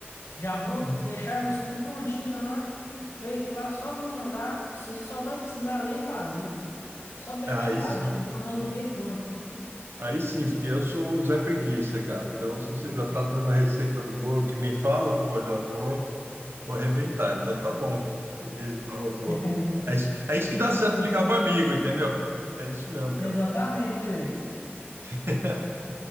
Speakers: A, on the left (about 80°); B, on the right (about 70°).
A: Já vou
B: Uhum.
A: deixar elas tudo prontinho lá, feito lá, só para mandar. Você só vai precisar ler e fazer. Só pegar
B: Aí
A: e fazer,
B: sim.
A: já mandar os e-mail pronto.
B: Aí sim, porque eu sou o Zé Preguiça, cara. Então, se você já tá dando a receita do bolo que nem fala, pô, já vou, vou arrebentar. Então, tá bom. Beleza, boa, boa.
A: <laughs>
B: É isso, é isso que dá
A: Fechou.
B: certo ligar para amigo, entendeu? É isso mesmo, cara.
A: Exatamente, velho.
B: <laughs>